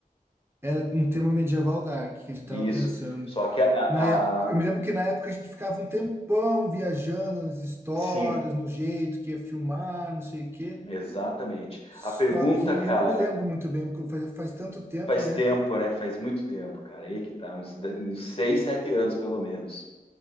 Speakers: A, on the right; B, on the left.
A: Era um tema medieval dark que a gente
B: Isso.
A: tava pensando.
B: Só que a, a-
A: Na época, eu me lembro que na época a gente ficava um tempão viajando nas histórias,
B: Sim,
A: no jeito que ia filmar, não sei o quê.
B: exatamente.
A: Só
B: A pergunta,
A: que
B: cara,
A: eu não me lembro muito bem, porque faz, faz tanto tempo,
B: faz
A: né?
B: tempo, né? Faz muito tempo, cara. Aí que tá, uns, de- uns seis, sete anos, pelo menos.